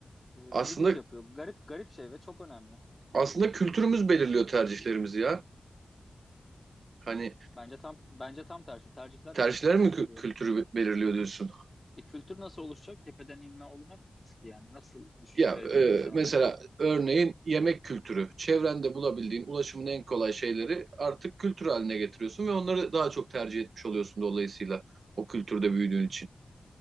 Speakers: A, on the left (about 20°); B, on the right (about 80°).
A: e,
B: Aslında
A: bizi biz yapıyor. Garip garip şey ve çok önemli.
B: aslında kültürümüz belirliyor tercihlerimizi ya. Hani
A: Bence tam bence tam tersi. Tercihler
B: tercihler
A: kültürü oluşturuyor.
B: mi kü- kültürü be- belirliyor diyorsun?
A: E, kültür nasıl oluşacak? Tepeden inme olmaz ki yani. Nasıl düş-
B: Ya
A: e, dedin
B: e,
A: sen
B: mesela
A: öyle?
B: örneğin yemek kültürü. Çevrende bulabildiğin ulaşımın en kolay şeyleri artık kültür haline getiriyorsun ve onları daha çok tercih etmiş oluyorsun dolayısıyla o kültürde büyüdüğün için.